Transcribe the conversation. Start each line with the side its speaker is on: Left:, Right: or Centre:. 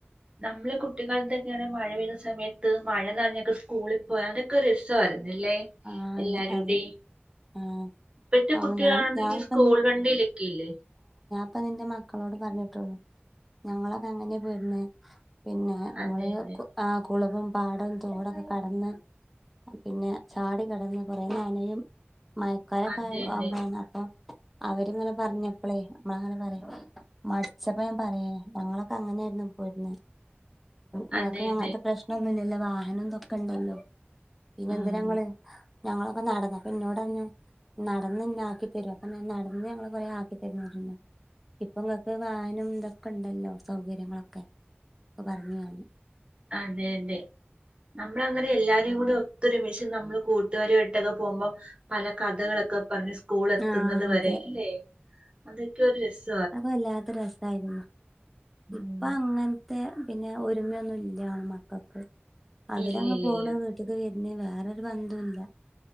Right: നമ്മള് കുട്ടിക്കാൽതെന്ന്യാണ് മഴ പെയ്ത സമയത്ത് മഴന്നനഞ്ഞൊക്കെ സ്കൂളിൽ പോയാ അതൊക്കെ രസ്സയിരുന്നു ല്ലേ
Centre: ആഹ്
Right: എല്ലാരൂടിം
Centre: അതെ ആഹ്
Right: ഇപ്പത്തെ
Centre: അപ്പൊ
Right: കുട്ടികളാണെങ്കിൽ
Centre: ഞാൻ ഞാനിപ്പ
Right: സ്കൂൾ വണ്ടിയിലൊക്കെല്ലേ
Centre: ഇപ്പൊ നിന്റെ മക്കളോട് പറഞ്ഞിട്ടുള്ളൂ ഞങ്ങളൊക്കെ അങ്ങനെയ പോയിരുന്നെ പിന്നെ നമ്മള്
Right: അതെ അതെ
Centre: ആ കുളവും, പാടവും, തോടൊക്കെ കടന്ന് പിന്നെ ചാട കടന്ന് കുറെ നനയും മയക്കാരൊക്കെുന്നപ്പ
Right: അതെ അതെ
Centre: അവരിങ്ങനെ പറഞ്ഞപ്പളെ നമ്മള അങ്ങനെ പറയാ മടിച്ചപ്പോ ഞാൻ പറയേ ഞങ്ങളൊക്കെ അങ്ങനെയായിരുന്നു പോയിരുന്ന നിങ്ങക്ക
Right: അതെ
Centre: അങ്ങനത്തെ
Right: അതെ
Centre: പ്രശ്നം ഒന്നുല്ലല്ലോ വാഹനംന്തൊക്കണ്ടല്ലോ പിന്നെന്ത
Right: ഉം
Centre: ഞങ്ങളൊക്കെ നടന്നു അപ്പൊ ഇന്നോട് പറഞ്ഞു നടന്ന് ഇന്ന ആക്കി തരും അപ്പൊ നടന്ന് ഞങ്ങള്ൾ കൊറെ ആക്കി തുന്ന ഇപ്പൊ ഇങ്ങക്ക് വാഹനം ഇതൊക്കെ ഉണ്ടല്ലോ സൗകര്യങ്ങളൊക്കെ ഒക്കെ പറഞ്ഞു ഞാന്
Right: അതെ അതെ നമ്മള അന്നേര എല്ലാരേും കൂടി ഒരുമിച്ച്ം നമ്മള് കൂട്ടുകാരു ആയിട്ടൊക്കെ പോകുമ്പോം പല കഥകളൊക്കെ പറഞ് സ്കൂൾ എത്തുന്നത്
Centre: ആഹ്
Right: വരെ
Centre: അതെ
Right: അല്ലെ അതൊക്കെ ഒരു രസ്
Centre: അത വല്ലാത്ത രസമായിരുന്നു
Right: ഉം.
Centre: ഇപ്പ അങ്ങനത്തെ പിന്നെ ഒരുമയൊന്നും ഇല്ലാണ് മക്കൾക്ക് അവരങ്
Right: ഇല്ല ഇല്ല
Centre: പോണ
Right: ഇല്ല
Centre: വീട്ടക്ക്‌ പിന്നെ വേറൊരു ബന്തൊല്ല